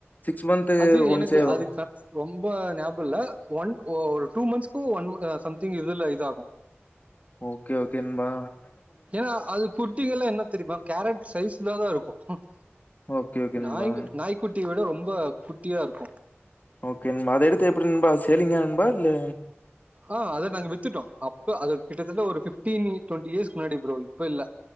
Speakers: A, on the left (about 40°); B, on the right (about 35°).
A: சிக்ஸ் மந்த்
B: அது
A: ஒண்ஸ்
B: எனக்கு
A: தானா
B: அது க- ரொம்ப ஞாபகம் இல்ல ஒன் ஒரு டூ மந்த்ஸ்க்கும் ஒன் சம்திங் இதுல இத ஆகும்
A: ஓகே ஓகே என்பா
B: ஏன்னா அது குட்டி எல்லாம் என்ன தெரியுமா கேரட் சைஸ் இல்லாதா இருக்கும் ம்
A: ஓகே ஓகே நண்பா
B: நாய் நாய்க்குட்டி விட ரொம்ப குட் ட்டியா இருக்கும்
A: ஓகே நண்பா அதை எடுத்து எப்படி நண்பா சேல்லீங்க நண்பா இல்ல
B: ஆஹ் அத நாங்க வித்துட்டோம். இப்போ அது கிட்டதட்ட ஒரு பிப்டீன் ஏய்டின் இயர்ஸ்க்கு முன்னாடி ப்ரோ இப்ப இல்ல